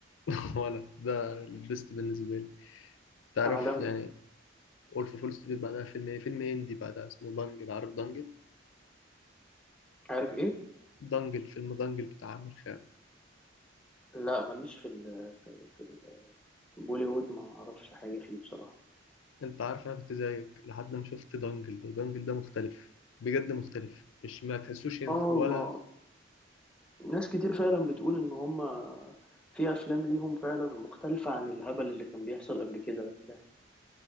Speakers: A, on the left; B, in the centre.
A: <laughs> وانا ده البيست بالنسبه لي تعرف
B: عالمي
A: يعني وولف اوف وول ستريت بعدها فيلم ايه فيلم هندي بعدها اسمه دانجل عارف دانجل
B: عارف ايه؟
A: دانجل فيلم دانجل بتاع عامر خان
B: لا ماليش في ال... في البوليوود ما اعرفش حاجة فيه بصراحة
A: انت عارف انا كنت زيك لحد ما شفت دانجل ده دانجل ده مختلف بجد مختلف مش ما تحسوش انت
B: اه
A: ولا
B: ما ناس كتير فعلا بتقول ان هما في افلام ليهم فعلا مختلفة عن الهبل اللي كان بيحصل قبل كده وبتاع